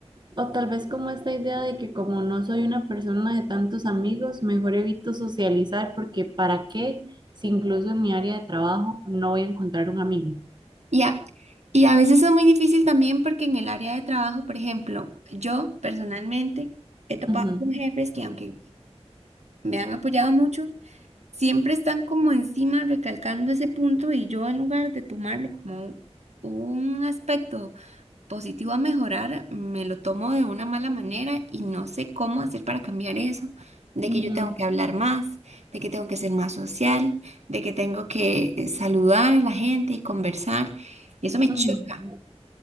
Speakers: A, on the right (about 40°); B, on the right (about 80°).
A: o tal vez como esta idea de que como no soy una persona de tantos amigos, mejor evito socializar porque ¿para qué? Si incluso en mi área de trabajo no voy a encontrar un amigo.
B: Y a, y a veces es muy difícil también porque en el área de trabajo, por ejemplo, yo personalmente he topado
A: Ujú,
B: con jefes que aunque me han apoyado mucho, siempre están como encima recalcando ese punto y yo en lugar de tomarlo como un aspecto positivo a mejorar, me lo tomo de una mala manera y no sé cómo hacer para cambiar eso, de
A: ujú,
B: que yo tengo que hablar más, de que tengo que ser más social, de que tengo que eh, saludar a la gente y conversar, y eso me
A: ujú.
B: choca.